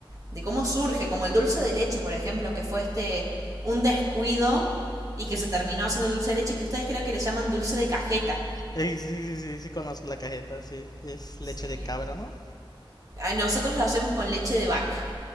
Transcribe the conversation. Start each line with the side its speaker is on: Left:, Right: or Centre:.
Right: de cómo surge, como el dulce de leche, por ejemplo, que fue este un descuido y que se terminó haciendo el dulce de leche que ustedes creo que le llaman dulce de cajeta.
Left: Eh, sí, sí, sí, sí, conozco la cajeta, sí. Es
Right: Sí.
Left: leche de cabra, ¿no?
Right: nosotros lo hacemos con leche de vaca.